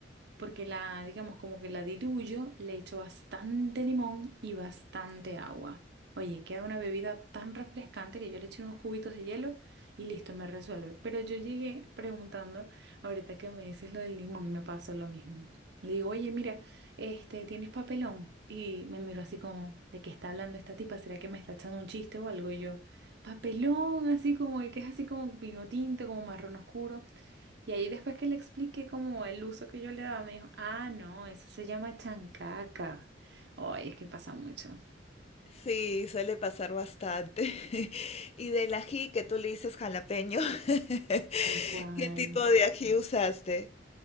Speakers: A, on the right; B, on the left.
A: porque la, digamos, como que la diluyo, le echo bastante limón y bastante agua. Oye, queda una bebida tan refrescante que yo le eché unos cubitos de hielo y listo, me resuelve. Pero yo llegué preguntando, ahorita que me dices lo del limón, me pasó lo mismo. Le digo, oye, mira, este, ¿tienes papelón? Y me miró así como, ¿de qué está hablando esta tipa? ¿Será que me está echando un chiste o algo? Y yo, papelón, así como el que es así como vino tinto, como marrón oscuro. Y ahí después que le expliqué como el uso que yo le daba, me dijo, ah, no, eso se llama chancaca. Ay, es que pasa mucho.
B: Sí, suele pasar bastante. <laughs> Y del ají que tú le dices jalapeño, <laughs>
A: Tal cual.
B: ¿qué tipo de ají usaste?